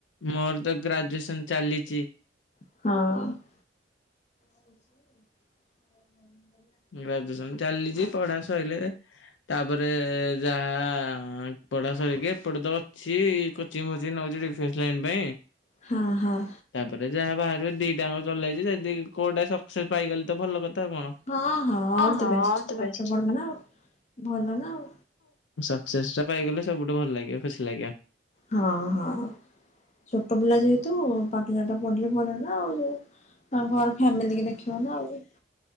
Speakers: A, on the left; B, on the left.
A: ମୋର ତ ଗ୍ରାଜୁଏସନ ଚାଲିଛି।
B: ହଁ। ଆଉଛି। <inaudible>
A: ଗ୍ରାଜୁଏସନ ଚାଲିଛି ପଢା ସରିଲ ତାପରେ ଯାହା ପଢା ସରିକି ଏପଟେ ତ ଅଛି କୋଚିଙ୍ଗି ଫୋଚିଙ୍ଗି ନଉଛି ଫିଷ୍ଟିଲାନ ପାଇଁ।
B: ହଁ ହଁ।
A: ତାପରେ ଯାହା ବାହାରୁ ଦିଟାଙ୍କ ଚଲେଇଛି ଯଦି କୋଉଟା ସକ୍ସେସ ପାଇଗଲେ ତ ଭଲ କଥାଉ କଣ।
B: ହଁ
A: ହଁ
B: ଅଲ୍
A: ହଁ
B: ଦ ବେଷ୍ଟ
A: ଅଲଦବେଷ୍ଟ।
B: ପାଠ ପଢ ନା ଆଉ ଭଲ ନା ଆଉ।
A: ସକ୍ସେସ୍ ଟା ପାଇଗଲେ ସବୁଠୁ ଭଲ ଲାଗିବ ଖୁସି ଲାଗିବ।
B: ହଁ ହଁ ଛୋଟ ପିଲା ଯେହେତୁ ପାଠ ସାଠ ପଢିଲେ ଭଲ ନା। ଆଉ ଘର ଫାମିଲି କି ଦେଖିବ ନା ଆଉ।